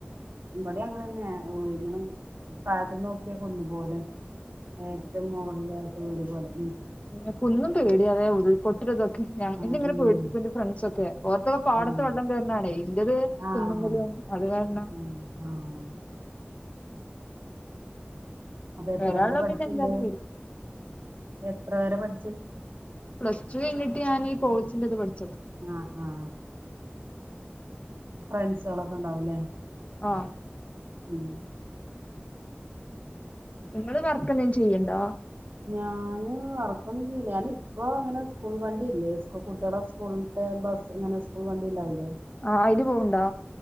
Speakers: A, on the right; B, on the left.
A: ഇടെ അങ്ങനെന്നെ ഇങ്ങനെ താഴത്തന്ന് നോക്കിയ കുന്നു പോലെ ഏറ്റവും മുകളിലായിട്ട് വീട് <unintelligible>
B: എനിക്കുന്നും പേടിയത ഉരുൾപൊട്ടലും ഞാൻ
A: ആഹ്
B: എ ഇങ്ങനെ
A: ഉം
B: പേടിപ്പി <unintelligible> ഫ്രണ്ട് ഒക്കെ ഓർത്തൊക്കെ പാടത്ത്
A: ആഹ്
B: വെള്ളം കേയറാണേ ഇന്റത്
A: ആഹ്
B: കുന്നുമേൽ അത് കാരണം
A: ആഹ് ആഹ് അപ്പൊ എത്ര
B: വരാനുള്ളത്
A: പേരെ പഠിച്ചുണ്ട്
B: പിന്നെ എന്തായാലും വരും
A: എത്ര പേരെ പഠ
B: പ്ലസ്ടു കഴിഞ്ഞിട്ട് ഞാൻ ഈ കോഴസിന്റെത് പഠിച്ച
A: ആ ആ ഫ്രണ്ട്സുകളൊക്കെ ഉണ്ടാവുല്ലേ
B: ആ
A: ഉം
B: നിങ്ങള് വർക്ക് എന്തേലും ചെയ്യണ്ടോ
A: ഞാന് വർക്കൊന്നും ചെയ്യല്ല ഞാന് ഇപ്പോ അങ്ങനെ സ്കൂൾ വണ്ടിയില്ലേ കുട്ടികളെ സ്കൂൾ ടൈ ബസ് എങ്ങനെ സ്കൂൾ വണ്ടി ഇണ്ടാവില്ലേ
B: ആ അയില് പോവണ്ടാ